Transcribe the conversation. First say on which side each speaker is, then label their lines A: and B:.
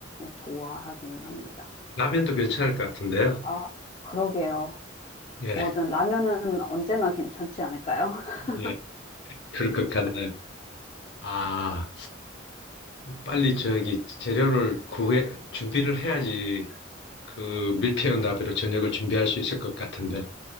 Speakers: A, on the left; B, on the left.
A: 좋아하기는 합니다.
B: 라면도 괜찮을 것 같은데요.
A: 아, 그러게요.
B: 예,
A: 뭐든
B: <laughs>
A: 라면은 언제나 괜찮지 않을까요? <laughs>
B: 예. 그럴 것 같네요. 아. 빨리 저기 재료를 구해 준비를 해야지 그 밀푀유 나베로 저녁을 준비할 수 있을 것 같은데